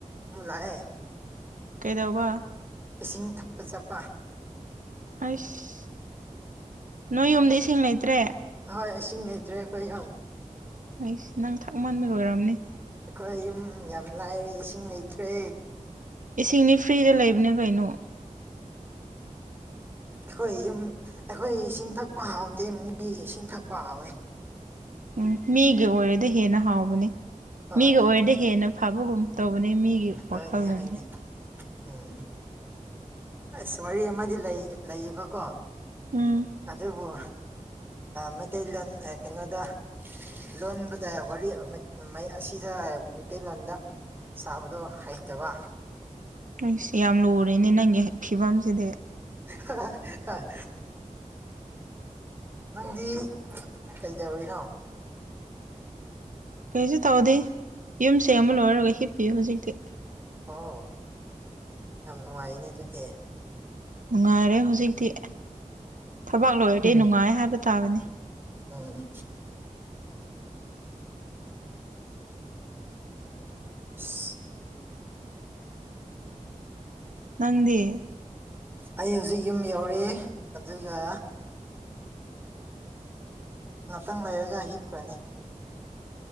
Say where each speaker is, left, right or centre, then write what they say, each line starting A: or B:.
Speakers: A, on the right (about 15°); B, on the right (about 80°).
A: ꯂꯑꯦ
B: ꯀꯩꯗꯧꯕ
A: ꯏꯁꯤꯡ ꯊꯛꯄ ꯆꯠꯄ
B: ꯑꯩꯁ ꯅꯣꯏ ꯌꯨꯝꯗ ꯏꯁꯤꯡ ꯂꯩꯇ꯭ꯔꯦ
A: ꯍꯣꯏ ꯏꯁꯤꯡ ꯂꯩꯇ꯭ꯔꯦ ꯑꯩꯈꯣꯏ ꯌꯥꯝ
B: ꯏꯁ ꯅꯪ ꯊꯛ ꯃꯟꯕꯩ ꯑꯣꯏꯔꯝꯅꯤ
A: ꯑꯩꯈꯣꯏ ꯌꯨꯝ ꯌꯥꯝ ꯂꯥꯏꯔꯦ ꯏꯁꯤꯡ ꯂꯩꯇ꯭ꯔꯦ
B: ꯏꯁꯤꯡꯗꯤ ꯐ꯭ꯔꯤꯗ ꯂꯩꯕꯅꯤ ꯀꯩꯅꯣ
A: ꯈꯣꯏ ꯌꯨꯝ ꯑꯩꯈꯣꯏ ꯏꯁꯤꯡ ꯊꯛꯄ ꯍꯥꯎꯇꯦ ꯃꯤꯒꯤ ꯏꯁꯤꯡ ꯊꯛꯄ ꯍꯥꯎꯋꯦ
B: ꯎꯝ ꯃꯤꯒ ꯑꯣꯏꯔꯦꯗ ꯍꯦꯟꯅ ꯍꯥꯎꯕꯅꯦ
A: ꯍꯣꯏ
B: ꯃꯤꯒ ꯑꯣꯏꯔꯗꯤ ꯍꯦꯟꯅ ꯐꯕꯒꯨꯝ ꯇꯧꯕꯅꯦ ꯃꯤꯒꯤ ꯋꯥꯈꯜꯂꯣꯟ
A: ꯍꯣꯏꯅꯦ ꯍꯣꯏꯅꯦ ꯎꯝ ꯑꯁ ꯋꯥꯔꯤ ꯑꯃꯗꯤ ꯂꯩ ꯂꯩꯌꯦꯕꯀꯣ
B: ꯎꯝ
A: ꯑꯗꯨꯕꯨ ꯃꯩꯇꯩꯂꯣꯟ ꯀꯩꯅꯣꯗ ꯂꯣꯟꯕꯗ ꯋꯥꯔꯤ ꯑꯁꯤꯗꯕ ꯃꯩꯇꯩꯂꯣꯟꯗ ꯁꯥꯕꯗꯣ ꯍꯩꯇꯕ
B: ꯑꯩꯁ ꯌꯥꯝ ꯂꯨꯔꯦꯅꯦ ꯅꯪꯒꯤ ꯐꯤꯕꯝꯁꯤꯗꯤ
A: ꯍꯥ ꯍꯥ ꯍꯥ ꯅꯪꯗꯤ ꯀꯩꯗꯧꯔꯤꯅꯣ
B: ꯀꯩꯁꯨ ꯇꯧꯗꯦ ꯌꯨꯝꯁꯦ ꯑꯃ ꯂꯣꯏꯔꯒ ꯍꯤꯞꯄꯤꯌꯨ ꯍꯧꯖꯤꯛꯇꯤ
A: ꯑꯣ ꯌꯥꯝ ꯅꯨꯡꯉꯥꯏꯅꯦ ꯑꯗꯨꯗꯤ
B: ꯅꯨꯡꯉꯥꯏꯔꯦ ꯍꯧꯖꯤꯛꯇꯤ ꯊꯕꯛ ꯂꯣꯏꯔꯗꯤ ꯅꯨꯡꯉꯥꯏ ꯍꯥꯏꯕ ꯇꯥꯕꯅꯤ
A: ꯑꯣ ꯏꯁ
B: ꯅꯪꯗꯤ
A: ꯑꯩ ꯍꯧꯖꯤꯛ ꯌꯨꯝ ꯌꯧꯔꯦ ꯑꯗꯨꯒ ꯉꯥꯛꯇꯪ ꯂꯩꯔꯒ ꯍꯤꯞꯈ꯭ꯔꯅꯤ